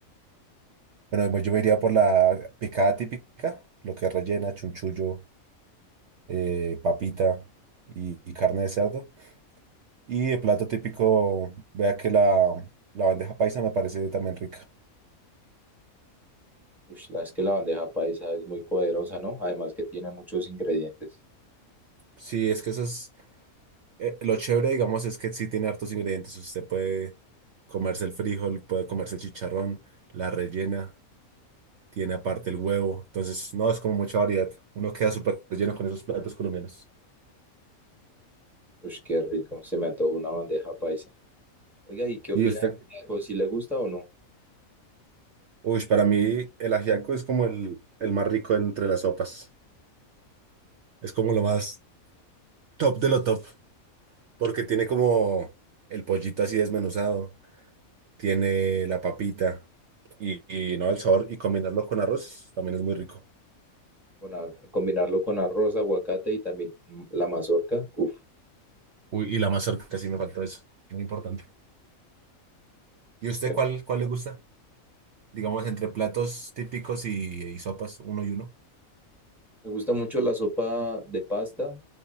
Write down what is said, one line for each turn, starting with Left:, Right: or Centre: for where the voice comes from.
Right: Bueno, yo me iría por la picada típica, lo que es rellena, chunchullo eh, papita y, y carne de cerdo. Y el plato típico, vea que la, la bandeja paisa me parece también rica.
Centre: Ush, la- es que la bandeja paisa es muy poderosa, ¿no? Además que tiene muchos ingredientes.
Right: Sí, es que eso es eh, lo chévere, digamos, es que sí tiene hartos ingredientes. Usted puede comerse el frijol, puede comerse el chicharrón, la rellena, tiene aparte el huevo. Entonces, no, es como mucha variedad. Uno queda súper lleno con esos platos colombianos.
Centre: Ush, qué rico. Se me antojó una bandeja paisa. Oiga, ¿y qué
Right: Y
Centre: opina
Right: usted,
Centre: del conejo? ¿Si le gusta o no?
Right: uy, para mí el ajiaco es como el, el más rico entre las sopas. Es como lo más top de lo top. Porque tiene como el pollito así desmenuzado, tiene la papita y, y, no el sabor y combinarlo con arroz también es muy rico.
Centre: con ar- combinarlo con arroz, aguacate y también mm, la mazorca. Uf,
Right: Uy, y la mazorca sí me faltó eso, muy importante. ¿Y usted
Centre: bueno,
Right: cuál, cuál le gusta? Digamos, entre platos típicos y, y sopas, uno y uno.
Centre: me gusta mucho la sopa de pasta,